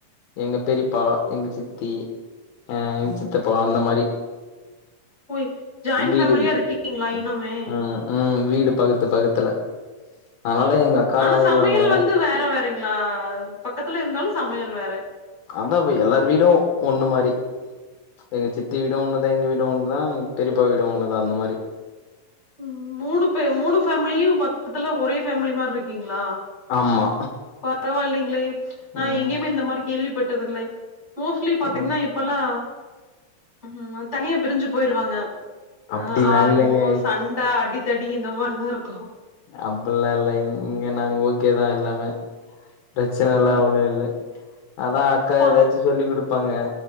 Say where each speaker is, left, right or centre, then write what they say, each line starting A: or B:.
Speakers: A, on the left; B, on the left.
A: எங்க பெரியப்பா எங்க சித்தி அ எங்க சித் தப்பா அந்த மாரி
B: போய் ஜாயிண்ட்
A: நம் வீடும்
B: ஃபேமிலியா இருக்கீங்களா
A: க
B: இன்னுமே?
A: ம் ம் வீடு பக்கற்த்து பக்கற்த்துல அதனால எங்க அக்காலா
B: ஆனா
A: வருவாங்க
B: சமையல் வந்து வேற வேறைங்ளா பக்கத்துல இருந்தாலு சமையல் வேற
A: அதாவே எல்லாரு வீடு ஒன்னு மாரி எங்க சித்தி வீடு ஒன்னுதா எங்கவீடு ஒன்னுதா எங் பெரியப்பா வீடு ஒன்னுதா அந்த மாரி
B: ம் மூணு பே மூணு ஃபேம்லியு பக்கத்துல ஒரே ஃபேம்லி மார்ருக்கீங்ளா
A: ஆமா
B: பரவால்லைங்ளே நா
A: ம்
B: எங்கேயுமே இந்த மாரி கேள்விப்பட்டதில்லை மோஸ்ட்லி பாத்தீங்னா
A: ம்
B: இப் இப்பலா ம் தனியா பிரிஞ்சு போய்ருவாங்க
A: அப்டிலா
B: அ ஆல்மோஸ்ட்
A: இல்லங்க
B: தண்டா அடித்தடி இந்த மார்தாருக்
A: அப்புட்லா இல்லைங் இங்கெ நாங்க ஓகேதா எல்லாமே பிரச்சனலா
B: ம்
A: ஒன்னுயில்ல அதா அக்கா
B: பா
A: எதாச்சு சொல்லி குடுப்பாங்க